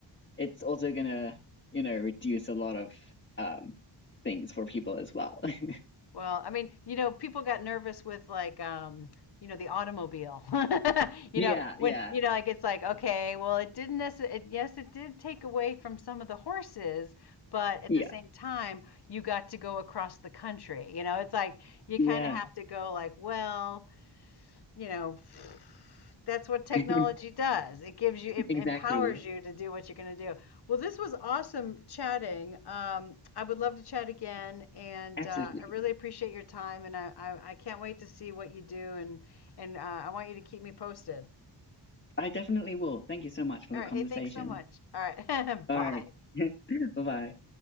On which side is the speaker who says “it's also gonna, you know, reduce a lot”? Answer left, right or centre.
Left